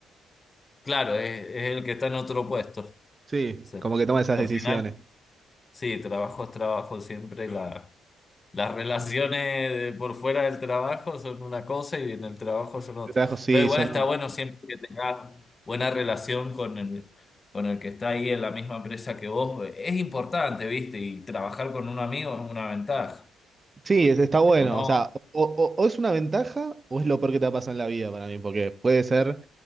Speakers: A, on the left; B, on the right.
A: claro, es, es el que está en otro puesto.
B: Sí,
A: Sí.
B: como que toma esas
A: Al
B: decisiones.
A: final, sí, trabajo es trabajo. Siempre la- las relaciones de- por fuera del trabajo son una cosa y en el trabajo son otra.
B: Yo trabajo, sí,
A: Pero igual
B: son...
A: está bueno siempre que tengas buena relación con el, con el que está ahí en la misma empresa que vos. Es importante, ¿viste? Y trabajar con un amigo es una ventaja.
B: sí, es- está bueno.
A: Te conoce.
B: O sea, o, o- o es una ventaja o es lo peor que te va a pasar en la vida para mí, porque puede ser